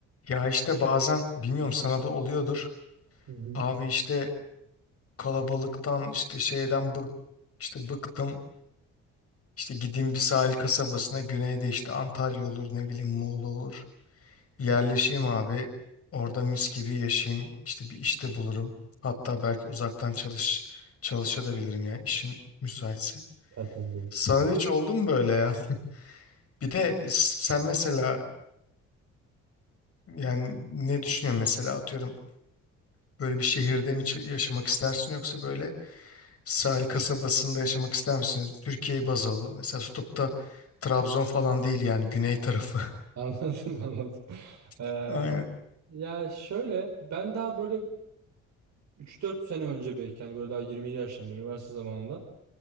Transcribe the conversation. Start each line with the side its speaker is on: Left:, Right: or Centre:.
Left: Ya işte bazen bilmiyorum sana da oluyordur.
Right: Hı hı.
Left: Abi işte kalabalıktan işte şeyden bık işte bıktım. İşte gideyim bir sahil kasabasına güneyde işte Antalya olur ne bileyim Muğla olur. Yerleşeyim
Right: Hı,
Left: abi. Orada mis gibi yaşayayım. İşte bir işte bulurum. Hatta belki uzaktan çalış çalışabilirim ya işin müsaitse.
Right: Tertemiz olur.
Left: Sana da hiç oldu mu böyle ya? Bir de s- sen mesela yani ne düşünüyorsun mesela atıyorum böyle bir şehirde mi ç- yaşamak istersin yoksa böyle Sahil kasabasında yaşamak ister misiniz? Türkiye'yi baz alalım. Mesela tutup da Trabzon falan değil yani güney tarafı.
Right: <laughs> Anladım anladım.
Left: <laughs>
Right: Ee,
Left: Aynen.
Right: ya şöyle ben daha böyle üç dört sene önce belki hani böyle daha 20'li yaşlarımda üniversite zamanında